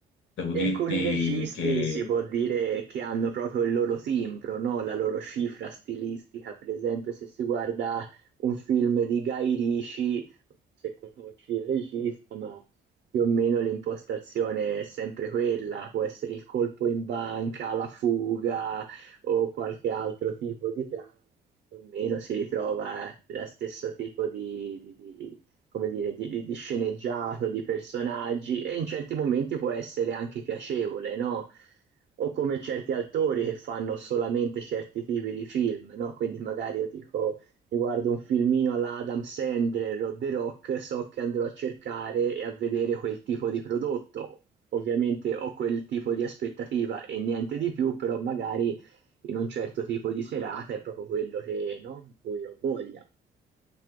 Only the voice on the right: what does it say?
E
alcuni registi
si può dire che hanno proprio il loro timbro, no? La loro cifra stilistica. Per esempio, se si guarda un film di Guy Ritchie, se conosci il regista, ma più o meno l'impostazione è sempre quella, può essere il colpo in banca, la fuga o qualche altro tipo di trama, più o meno si ritrova eh, lo stesso tipo di, di- di- come dire, di, di- di sceneggiato, di personaggi, e in certi momenti può essere anche piacevole, no? O come certi autori che fanno solamente certi tipi di film, no? Quindi magari io dico, mi guardo un filmino alla Adam Sandler o The Rock, so che andrò a cercare e a vedere quel tipo di prodotto. Ovviamente ho quel tipo di aspettativa e niente di più, però magari in un certo tipo di serata è proprio quello che, no? di cui ho voglia.